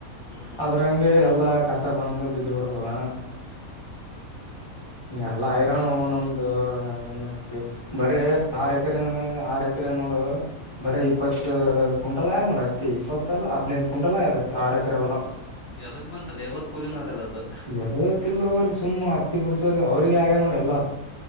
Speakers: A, on the left; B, on the left.
A: ಹ್ಮ್
B: ಅದ್ರಂಗೆ ಎಲ್ಲಾ. ಕಸ ಬಂದ ಬಿದ್ದು ಬಿಡ್ತದ. ಎಲ್ಲ ಹೈರಾಣು ನಮ್ದು ಏನ್ ಹೇಳ್ತಿ ಆರ ಹೆಕ್ರಿ. ಎಕರೆ ಆರ್ ಎಕರೆ ನೋಡು ಬರೆ ಇಪ್ಪತ್ತು ಕಿಂಟಲ್ ಆಗ್ಯದ ನೋಡು ಅತ್ತಿ ಇಪ್ಪತ್ತ ಅಲ್ ಹದ್ನೈದು. ಕಿಂಟಲ್ ಆಗ್ಯದ ಅತ್ತಿ ಆರು ಎಕರೆ ಹೋಲ.
A: ಯದಕ್ ಬಂತ ಲೇಬರ್ ಕೂಲಿನ ಆಗಲ್ಲ. ಅದು
B: ಎದಕ ಇಲ್ಲೋ ಅಲ್ಲಿ ಸುಮ್ಮ್ ಹತ್ತಿ ಬಿಡಸೋರಿಗೆ ಅವ್ರಿಗೆ ಆಗದ ನೋಡ ಎಲ್ಲ.